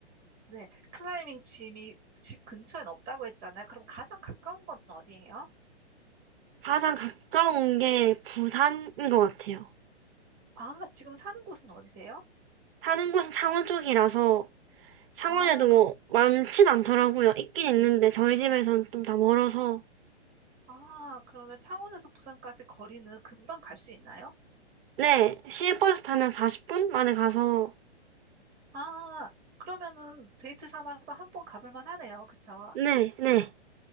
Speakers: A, on the right; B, on the right.
A: 네, 클라이밍 짐이 집 근처엔 없다고 했잖아요. 그럼 가장 가까운 건 어디예요?
B: 가장 가까운 게 부산인 것 같아요.
A: 아, 지금 사는 곳은 어디세요?
B: 사는 곳은 창원 쪽이라서 창원에도
A: 아,
B: 뭐
A: 그럼, 부-
B: 많진 않더라고요. 있긴 있는데 저희 집에서는 좀 다 멀어서
A: 아, 그러면 창원에서 부산까지 거리는 금방 갈 수 있나요?
B: 네, 시외버스 타면 40분 만에 가서
A: 아, 그러면은 데이트 삼아서 한번 가볼 만하네요. 그쵸?
B: 네, 네.